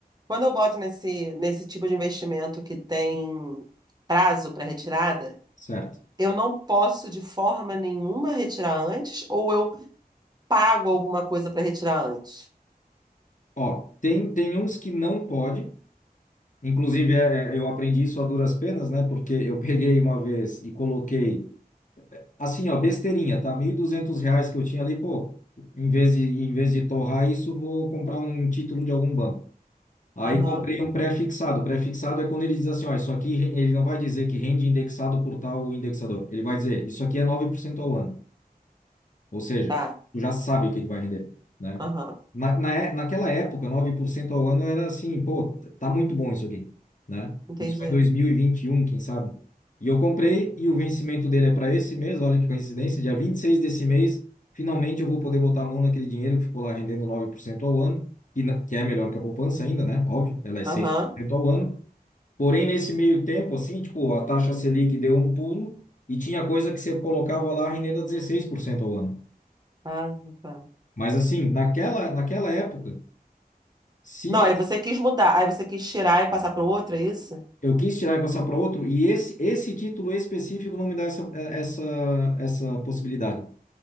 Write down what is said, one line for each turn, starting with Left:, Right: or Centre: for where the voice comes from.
Right: quando eu boto nesse, nesse tipo de investimento que tem prazo para retirada,
Left: certo.
Right: eu não posso de forma nenhuma retirar antes, ou eu pago alguma coisa para retirar antes.
Left: Ó, tem, tem uns que não pode. Inclusive, é, é, eu aprendi isso a duras penas, né? Porque eu <laughs> peguei uma vez e coloquei Assim, ó, besteirinha, tá? mil e duzentos reais que eu tinha ali, pô, em vez de, em vez de torrar isso, vou comprar um título de algum banco. Aí
Right: Aham,
Left: comprei um pré-fixado. Pré-fixado é quando ele diz assim, ó, isso aqui, re- ele não vai dizer que rende indexado por tal indexador. Ele vai dizer, isso aqui é 9% ao ano. Ou seja,
Right: tá.
Left: tu já sabe o que é que vai render, né?
Right: Aham,
Left: Na, na, é- naquela época, 9% ao ano era assim, pô, tá muito bom isso aqui, né?
Right: entendi.
Left: Isso foi em 2021, quem sabe? E eu comprei e o vencimento dele é para esse mês, olha que coincidência, dia 26 desse mês, finalmente eu vou poder botar a mão naquele dinheiro que ficou lá rendendo 9% ao ano, que, na- que é melhor que a poupança ainda, né? Óbvio, ela é seis
Right: Aham.
Left: por cento ao ano. Porém, nesse meio tempo, assim, tipo, a taxa Selic deu um pulo e tinha coisa que você colocava lá rendendo a 16% ao ano.
Right: Ah, tá.
Left: Mas assim, naquela, naquela época, se
Right: Não, aí você quis mudar, aí você quis tirar e passar para outro, é isso?
Left: eu quis tirar e passar para outro, e esse, esse título específico não me dá essa, eh, essa, essa possibilidade.